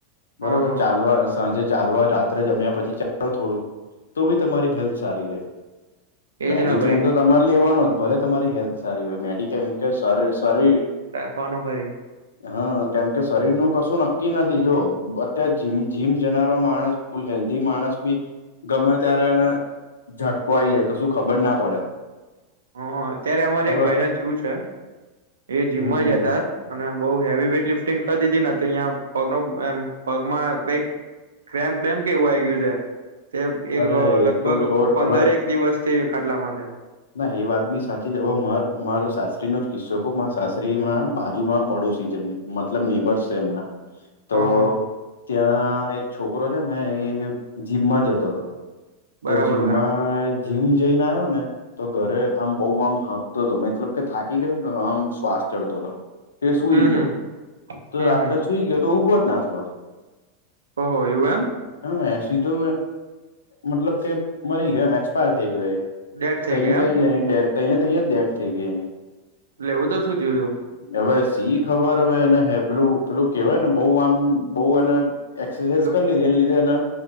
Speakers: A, on the left; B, on the right.
A: બરોબર
B: હ હ
A: ચાલવા સાંજે ચાલવા રાત્રે જમ્યા પછી ચાલો થોડું તો બી તમારી હલ્ સારી રે
B: એજ
A: મેડિક્લેમ
B: ના ભાઈ
A: તો તમારે લેવાનો જ ભલે તમારી હેલ્થ સારી હોય મેડિક્લેમ કે સરી
B: કોનો કરી
A: હા કેમ કે શરીર નું કશું નક્કી નથી જો અત્યારે જમ જીમ જનારો માણસ લ હેલ્ધી માણસ બી ગમે ત્યારે એને ઝટકો આવી જાય શું ખબર ના પડે
B: હ અત્યારે અમારે
A: હવે
B: એક ભાઈને થયું છે એ જીમમાં
A: હમ હમ
B: જતા
A: હમ
B: અને બહુ હેવી વેઇટ લિફ્ટિંગ કરી દીધીને તો અહીં પગ ન એમ પગમાં કઈક કમ બેમ કેવું આવી ગયું છે તે એક
A: અરે એ
B: લગભગ
A: તો છોડ
B: પંદર
A: હવે
B: એક દિવસ તે ખાટલામાં છે
A: ના એ વાત બી સાચી જ હવે માર સાસરીનોો જ કિસ્સો મારા સાસરીમાં બાજુ માં પડોશી જમીન મતલબ નિનીભરશે એમના તો
B: હ હ
A: ત્યાં એક છોકરો છે ને એ જીમમાં જતો હતો તો
B: બરાબર
A: જીમમાં
B: બરાબર
A: જીમ જઈને આવ્યો ને તો ઘરે આમ બઉુ આમ હાપતો હતો મતલબ કે થાકી ગયોને આમ શ્વાસ ચડતો હતો તે સુૂઈ
B: હમ
A: ગયો
B: હમ
A: તો
B: હમ
A: રાત્રે
B: હમ
A: સુૂઈ ગયો તો ઉઊભો જ ના થયો
B: ઓહ એવું એમ
A: હ એ સધો મતલબ કે મરી ગયો એમ એક્સપાયર થઈ ગયોું એ
B: ડેડ થઈ
A: તને
B: ગઈ
A: ત
B: એમ
A: જ એની ડેથ થને ત જ ડેથ થઈ ગઈ એની
B: લેવું તો શું થયું હતું
A: હવે સી ખબર હવે અને હે પેલું પેલું કેવાયને બહ આમ બહ એ એક્સરસાાઈઝ
B: પેલું
A: કરી લીધી એને લીધે એ